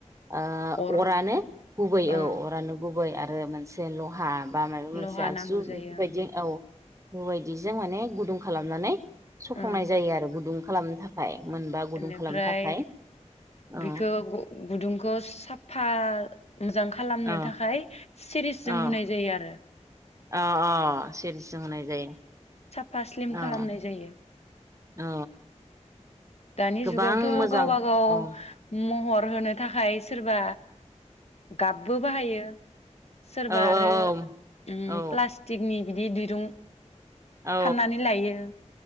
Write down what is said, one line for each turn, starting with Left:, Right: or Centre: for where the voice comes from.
Right: ओ
Left: अर
Right: अरानो गुबै
Left: ओ
Right: औ अरानो गु बै आ रो मोनसे लहा बा माबा मोनसे
Left: लहा
Right: आगजु
Left: नांगौ जायो
Right: बेफोरबायदि
Left: ओं
Right: औ बायदिजों माने गुदुं खालामनानै सफंनाय
Left: ओं
Right: जायो आरो गुदुं खालामनो थाखाय। मोनबा गुदुं
Left: बेनिफ्राय
Right: खालामनो थाखाय औ
Left: बेखौ गुदुंखौ साफा जां खालामनो
Right: औ
Left: थाखाय सिरिस जों
Right: औ
Left: हुनाय जायो आरो।
Right: अ अ सिरिसजों हुनाय जायो।
Left: फा स्लिम
Right: औ
Left: खालामनाय जायो।
Right: औ।
Left: दानि
Right: गोबां
Left: जुगावथ
Right: मोजां
Left: गावबा गाव
Right: अ ओ
Left: म हर होनो थाखाय सोरबा गाब्बो बाहायो। सोरबा
Right: औ
Left: आरो
Right: औ
Left: उम
Right: औ
Left: प्लास्टिकनि बिदि दिरुं
Right: औ
Left: फाननानै लायो